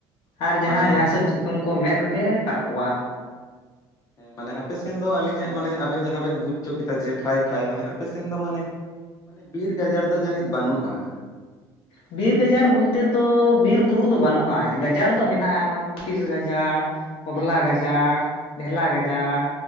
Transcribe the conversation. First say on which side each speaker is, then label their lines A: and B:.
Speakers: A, on the left; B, on the left.
A: ᱟᱨ ᱡᱟᱦᱟᱸ
B: ᱢᱟᱱᱮ
A: ᱡᱟ ᱦᱤᱥᱟᱹᱵᱼᱼ ᱥᱤᱛᱩᱜ ᱠᱚ ᱢᱮᱫ ᱨᱮᱜᱮ ᱛᱟᱨᱠᱚᱜ-ᱟ᱾
B: ᱦᱮᱸ ᱢᱟᱱᱮ ᱟᱯᱮ ᱥᱮᱱ ᱫᱚ ᱟᱹᱞᱤᱧᱟᱜ ᱢᱟᱱᱮ ᱟᱵᱮᱱ ᱡᱟᱦᱟᱸ ᱵᱮᱱ ᱵᱩᱡᱪᱚ ᱠᱮᱫᱟ ᱡᱮ ᱴᱷᱟᱭ ᱴᱷᱟᱭ ᱢᱟᱱᱮ ᱟᱯᱮ ᱥᱮᱱ ᱫᱚ ᱢᱟᱱᱮᱼᱼ ᱢᱟᱱᱮ ᱵᱤᱨ ᱜᱟᱡᱟᱲ ᱫᱚ ᱡᱟᱹᱱᱤᱡ ᱵᱟᱹᱱᱩᱜᱼᱟ᱾
A: ᱵᱤᱨ ᱜᱟᱡᱟᱲ ᱵᱚᱞᱛᱮ ᱫᱚ ᱵᱤᱨ ᱵᱩᱨᱩ ᱫᱚ ᱵᱟᱹᱱᱩᱜᱼᱟ, ᱜᱟᱡᱟᱲ ᱫᱚ ᱢᱮᱱᱟᱜᱼᱟ, ᱱᱚᱣᱟ ᱠᱩᱴᱤᱥ ᱜᱟᱡᱟᱲᱼᱼ ᱦᱚᱫᱽᱞᱟ ᱜᱟᱡᱟᱲ ᱰᱷᱮᱞᱟ ᱜᱟᱡᱟᱲ
B: ᱦᱮᱸ